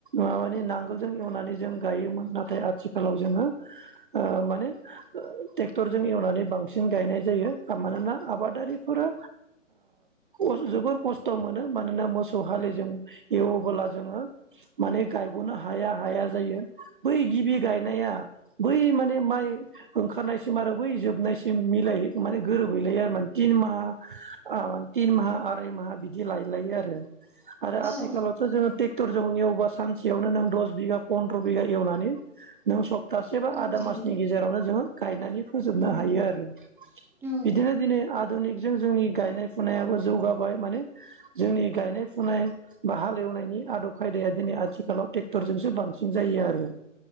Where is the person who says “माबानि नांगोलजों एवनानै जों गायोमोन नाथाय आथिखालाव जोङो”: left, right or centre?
Right